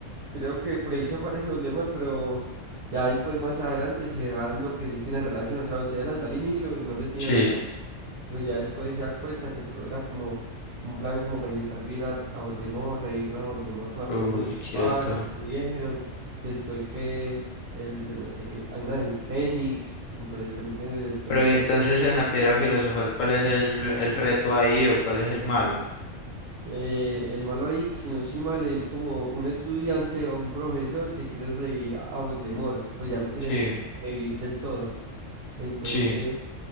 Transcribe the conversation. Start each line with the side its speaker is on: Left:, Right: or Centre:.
Right: creo que por ahí se aparece Voldemort, pero ya después más adelante se va dando que sí tiene relación, o sea, usted las va al inicio y no le tiene
Left: Sí.
Right: relación. Pero ya después se da cuenta que todo era como un plan como para intentar virar a a Voldemort, revivir a Voldemort con la
Left: Uy,
Right: piedra filosofal,
Left: quieto.
Right: no pudieron. Después que el, yo no sé qué, hay una del Fénix, entonces también tiene después
Left: Pero y
Right: ve-
Left: entonces en la piedra filosofal, ¿cuál es el, el reto ahí o cuál es el malo?
Right: eh, el malo ahí, si no estoy mal, es como un estudiante o un profesor que quiere revivir a Voldemort, pues ya lo quiere
Left: Sí,
Right: revivir del todo. Entonces
Left: sí,